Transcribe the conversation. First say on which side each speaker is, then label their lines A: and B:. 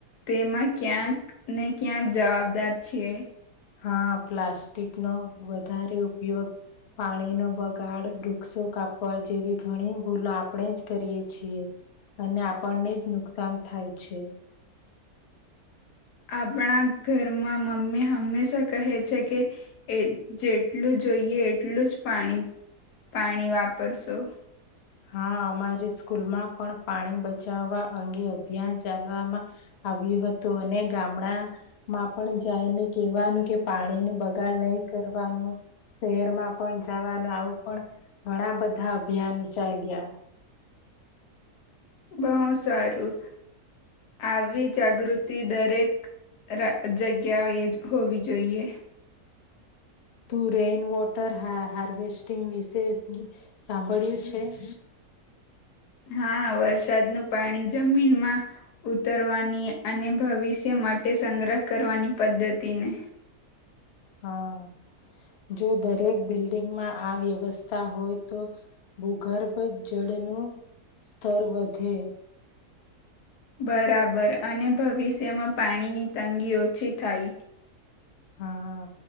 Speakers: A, on the left; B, on the left.
A: તેમાં ક્યાંક ને ક્યાંક જવાબદાર છે
B: હા પ્લાસ્ટિક નો વધારે ઉપયોગ પાણીનો બગાડ વૃક્ષો કાપવા જેવી ઘણી ભૂલો આપણે જ કરીએ છીએ અને આપણને જ નુકસાન થાય છે
A: આપણા ઘરમાં મમ્મી હંમેશા કહે છે કે જેટલું જ જોઈએ એટલું જ પાણી પાણી વાપરશો
B: હા અમારી સ્કૂલમાં પણ પાણી બચાવવા અંગે અભિયાન ચાલવામાં આવ્યું હતું અને ગામડા માં પણ જઈને કહેવાનું કે પાણીની બગાડ નહી કરવાનું શહેરમાં પણ જવાનું આવું પણ ઘણા બધા અભિયાન ચાલીયા
A: બહુ સારું આવી જાગૃતિ દરેક રા જગ્યાએ જ હોવી જોઈએ
B: <inaudible> તું રેઈન વોટર હા હાર્વેસ્ટિંગ વિશે સાંભળ્યું છે. <inaudible>
A: હા વરસાદનું પાણી જમીનમાં ઉતરવાની અને ભવિષ્ય માટે સંગ્રહ કરવાની પદ્ધતિને
B: હા. જો દરેક બિલ્ડિંગમાં આ વ્યવસ્થા હોય તો ભૂગર્ભ જળ નું સ્તર વધે
A: બરાબર અને ભવિષ્યમાં પાણીની તંગી ઓછી થાય
B: હા